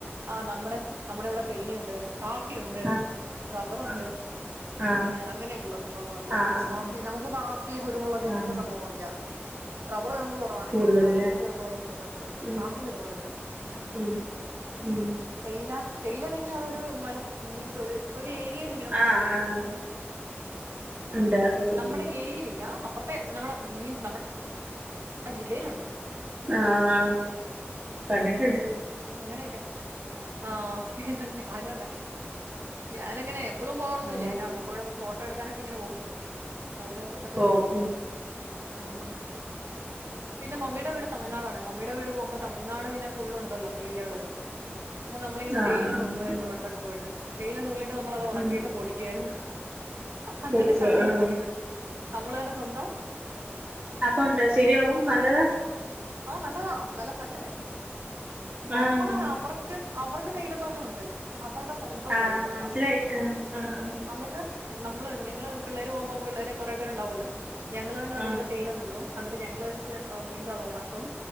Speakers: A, on the right; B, on the right.
A: ആഹ് നമ്മുടെ നമ്മുടെ ഇവിടെ തേയിലയുണ്ട് കാപ്പിയുണ്ട്
B: ആഹ്
A: റബ്ബറുണ്ട്
B: ആഹ് ആഹ്
A: പിന്നെ അങ്ങനെയൊക്കെയുള്ള സംഭവങ്ങളൊക്കെ
B: ആഹ് ആഹ്
A: കാപ്പി നമുക്ക് കാ പ്പി കുരുമുളക് ഇങ്ങനത്തെ
B: ആഹ്
A: സംവങ്ങളൊക്കെയ റബറ് നമക്ക് കൊ റവാണേ
B: കൂടുതലല്ലേ
A: കാപ്പി കുരുമുളകൊക്കെയാ നമുക്ക്
B: ഉം
A: കാപ്പി കുരുമുളക് ഒണ്ട് ആഹ്
B: <unintelligible> ഉം
A: തേയില തേയില പിന്നെ അതൊരു മല മീൻസ് ഒരു ഒരു ഏരിയൽ ഇങ്ങനെ
B: ആഹ്
A: തേയില <unintelligible>
B: ആഹ്
A: ആഹ്
B: ഉണ്ട് ഉം
A: നമ്മടെ ഏരിയയിലില്ല അപ്പറ ത്തെ നമ്മള മീൻ നമ്മ ആഹ് ജില്ലയിലൊണ്ട്
B: ആഹ് കണ്ടിട്ട്ണ്ട്
A: അങ്ങനെയൊക്കെ ആഹ് ഞാനും അതെ ഞാനങ്ങനെ എപ്പളും പോവാറൊന്നുല്ല
B: ആഹ്
A: പിന്നെ ഉള്ളപ്പോഴൊക്കെ ഫോട്ടോ എടുക്കാനൊക്കെ ഇങ്ങനെ പോവും ഫോട്ടോ എടു ക്ക്
B: പോവും
A: വരും ഉം പിന്നെ മമ്മിടെ വീട് തമിഴ്നാടാണേ മമ്മിടെ വീട് പോകുമ്പോ തമിഴ്നാട് പിന്നെ ഫുൾ ഉണ്ടല്ലോ തേയിലകള് അപ്പൊ നമ്മളിങ്ങനെ
B: ആഹ്
A: തേയില
B: ആഹ്
A: നുള്ള്‌വായിരുന്നു
B: ആഹ് ആഹ്
A: പണ്ടൊക്കെ പോയിട്ട് തേയില നുള്ളിട്ട് നമ്മളത് ഒണക്കിയിട്ട്
B: ഉം
A: പൊടിക്കുയാരുന്നു അന്നിട്ട്
B: കൊടുക്കും
A: ചായ
B: ആഹ്
A: ഒണ്ടാക്കി കു നമ്മളന്നെ സ്വന്തം
B: അപ്പ ഉണ്ടാ ശരിയാവും നല്ലതാ
A: ആഹ് നല്ലതാ നല്ല ഫ്രഷ്ല്ലേ നമ്മള്
B: ആഹ്
A: അവർക്ക് അവർക്ക് തേയിലത്തോട്ടം ഒണ്ട് അവർടെ സ്വന്തം
B: ആഹ്
A: തേയിലത്തോട്ടം
B: മനസ്സിലായി ആഹ് ആഹ്
A: അന്നിട്ട് നമ്മള് ഞങ്ങള് പിള്ളേര് പോകുമ്പ പിള്ളേരെ കൊറേ പേരുണ്ടാവുഅല്ലോ ഞങ്ങള് തന്നെ അതിങ്ങനെ
B: ആഹ് ആഹ്
A: തേയിലനുള്ളും അന്നിട്ട് ഞങ്ങള് വെച്ച് മീൻസ് അത് ഒണക്കും